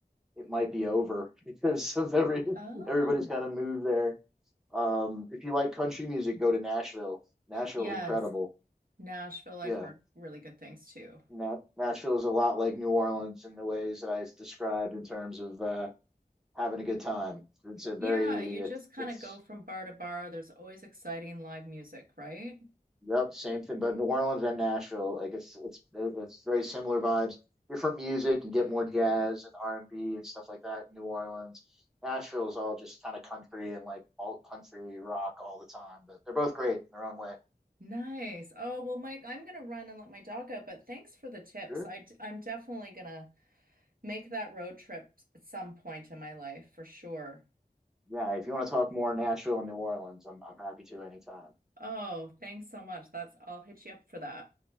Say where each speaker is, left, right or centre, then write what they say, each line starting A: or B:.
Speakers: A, in the centre; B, on the right.
A: it might be over <laughs> because of every
B: Oh,
A: everybody's kind of moved there. Um, if you like country music, go to Nashville. Nashville's
B: yes.
A: incredible.
B: Nashville, I've
A: Yeah,
B: heard really good things too.
A: Na- Nashville is a lot like New Orleans in the ways that I s- described in terms of uh, having a good time. It's a very
B: Yeah, you just kind
A: it's
B: of go from bar to bar. There's always exciting live music, right?
A: Yep, same thing. But New Orleans and Nashville, like it's it's it's very similar vibes. Different music. You get more jazz and R and B and stuff like that in New Orleans. Nashville is all just kind of country and like alt country rock all the time. But they're both great in their own way.
B: Nice. Oh, well, Mike, I'm gonna run and let my dog out, but thanks for the tips.
A: Sure.
B: I d I'm definitely gonna make that road trip s- at some point in my life for sure.
A: Yeah, if you want to talk more Nashville and New Orleans, I'm I'm happy to anytime.
B: Oh, thanks so much. That's I'll hit you up for that.